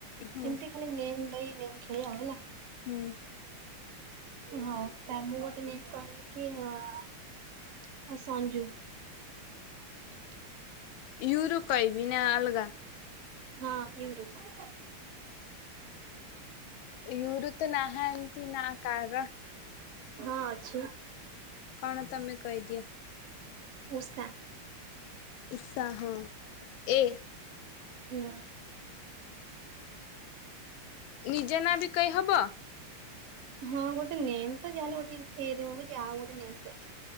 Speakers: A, on the left; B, on the right.
A: ହୁଁ
B: ଏମତି ଖାଲି ନେ ବାଇ ନେ ଖେଳିବା ଆଉ ହେଲା
A: ହୁଁ
B: ହଉ ତାଙ୍କୁ ଗୋଟେ ନେ କହିଲେ କିଏ ଆ ସଞ୍ଚୁ ହଁ
A: ୟୁରୁ କହିବି ନା ଅଲଗା
B: ହଁ ୟୁରୁ କହ
A: ୟୁରୁ ତ ନାହାନ୍ତି ନା କାର
B: ହଁ ଅଛି
A: କଣ ତମେ କହିଦିଅ
B: ଉଷା
A: ଉଷା ହଁ ଏ
B: ହୁଁ
A: ନିଜ ନା ବି କହିହବ
B: ହଁ ଗୋଟେ ନେମ୍ ତ ଯାହେଲେ ଗୋଟେ ଏ ରେ ହଉ କି ଆଉ ଗୋଟେ ନେମ୍ ପାଇଛ